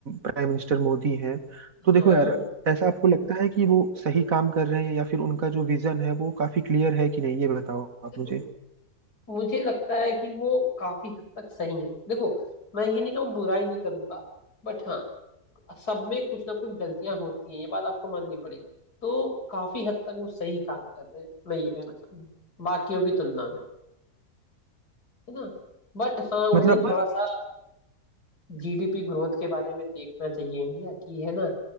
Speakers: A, on the right; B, on the left.
A: प्राइम मिनिस्टर मोदी हैं
B: हाँ
A: तो देखो यार ऐसा आपको लगता है कि वो सही काम कर रहे हैं या फिर उनका जो विजन है वो काफी क्लियर है कि नहीं ये बताओ आप
B: देखो
A: मुझे
B: मुझे लगता है कि वो काफी हद तक सही है देखो मैं ये नहीं कहूँ बुराई नहीं करूंगा बट हाँ सब में कुछ ना कुछ गलतियां होती हैं ये बात आपको माननी पड़ेगी तो काफी हद तक वो सही काम कर रहे हैं मैं ये कहना चाहूंगा बाकियों की तुलना में है ना बट हाँ
A: मतलब
B: उन्हें थोड़ा सा जीडीपी ग्रोथ के बारे में देखना चाहिए इंडिया की है ना